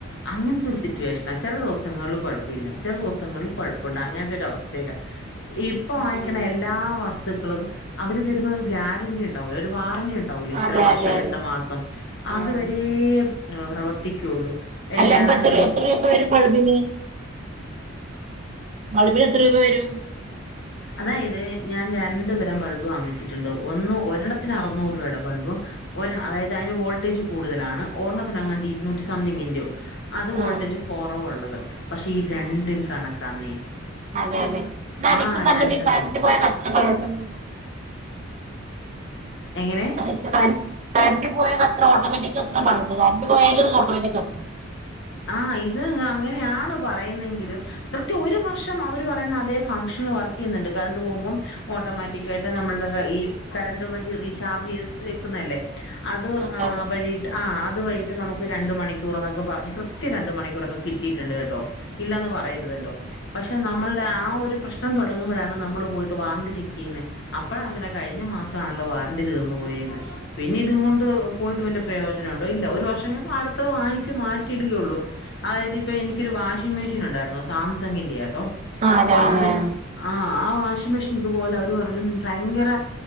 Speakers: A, on the left; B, on the right.
A: അങ്ങനത്തെ ഒരു
B: ആഹ്
A: സിറ്റുവേഷന ചില ദിവസ ങ്ങളിൽ കുഴപ്പില്ല ചെല ദിവസങ്ങളിൽ കുഴപ്പുണ്ട് അങ്ങനത്തെ ഒരു അവസ്ഥയിലഇപ്പൊ
B: ആഹ്
A: വാങ്ങിക്കുന്ന എല്ലാ വസ് വസ്തുക്കൾ അവര് തരുന്ന ഒരു ഗ്യാരണ്ടിണ്ടാവല്ലോ ഒരു വാറണ്ടി ഉണ്ട ഉണ്ടാവുലെ ഇത്ര
B: അതെ
A: വർഷല്ലേ
B: അതെ അതെ
A: ഇത്ര മാസം അത്
B: ആഹ്
A: വരെ പ്രവർത്തിക്കുള്ളൂ
B: അല്ല
A: ഞാനാണെങ്കിൽ
B: പ്പാ എത്രൂപ എത്ര രൂപപ്പ വരും ഒരു ബൾബിന് ബൾബിന് എത്ര രൂപ വരും
A: അതാ യിത് ഞാൻ രണ്ടു തരം ബൾബ് വാങ്ങിച്ചിട്ടുണ്ട് ഒന്ന് ഒരിണ്ണത്തിന് അറുനൂറ് രൂപയുടെ ബൾബും ഒരെണ്ണം
B: ആഹ്
A: അതായത് അതിന് വോൾട്ടേജ് കൂടുതലാണ് ഒരെണ്ണത്തിന്, എങ്ങാണ്ട്
B: ആഹ്
A: ഇരുന്നൂറ്റി സംതിംഗ് ൻ്റു അത് വോൾട്ടേജ്
B: ആഹ്
A: കുറവുള്ളത് പക്ഷെ ഈ രണ്ടും
B: ആഹ്
A: കണക്കാന്നേ
B: അതെ അതെ അതിക്കും
A: ആഹ്
B: നല്ലത്
A: രണ്ടെണ്ണം
B: കറൻ്റ് പോയ കത്തുന്ന ബൾബല്ലെ
A: എങ്ങനെ
B: <inaudible> കറെൻ്റ് പോയാൽ കത്തുന്ന ഒട്ടോമറ്റിക് കത്തുന്ന ബൾബ് കറൻ്റ് പോയാലും ഓട്ടോമേറ്റിക്കായ് കത്തും
A: ആ ഇത് അങ്ങനെയാണ് പറയുന്നതെങ്കിലും കൃത്യം ഒരു വർഷം അവര് പറയുന്ന അതേ ഫംഗ്ഷൻ വർക്ക് ചെയ്യുന്നുണ്ട് കറണ്ട് പോകുമ്പോൾ ഓട്ടോമാറ്റിക്ക് ആയിട്ട് നമ്മളുടെ ഈ കറണ്ട് വഴി റീചാർജ് ചെയ് വെക്കുന്നതല്ലേ അത്
B: അതെ
A: വഴിട്ട് ആ അത് വഴിട്ട് നമുക്ക് രണ്ട് മണിക്കൂർ എന്നൊക്കെ പറഞ്ഞ് കൃ കൃത്യം രണ്ട് മണിക്കൂറൊക്കെ കിട്ടിയിട്ടുണ്ട് കേട്ടോ ഇല്ലാന്ന് പറയരുതല്ലോ പക്ഷെ നമ്മളുടെ ആ ഒരു പ്രശ്നം തുടങ്ങുമ്പോഴാണ് നമ്മൾ പോയിട്ട് വാറണ്ടി ചെക്ക് ചെയ്യുന്നത് അപ്പോഴ അങ്ങനെ കഴിഞ്ഞ മാസണല്ലോ വാറണ്ടി തീർന്ന് പോയെന്ന് പിന്നെ ഇതും കൊണ്ട് പോയിട്ട് വലിയ പ്രയോജനണ്ടോ ഇല്ല ഒരു വർഷം അടുത്ത വാങ്ങിച്ച് മാറ്റിയിടുകയുള്ളു അതായത് ഇപ്പോ എനിക്കൊരു വാഷിംഗ് മെഷീൻ ഉണ്ടായിരുന്നു സാംസങ്ങിൻ്റെ ആയിരു കേട്ടോ
B: അതെ ആഹ്
A: അവര് ആ ആ വാഷിംഗ് മെഷീൻ ഇതുപോലെ അവർ പറഞ്ഞു ഭയങ്കര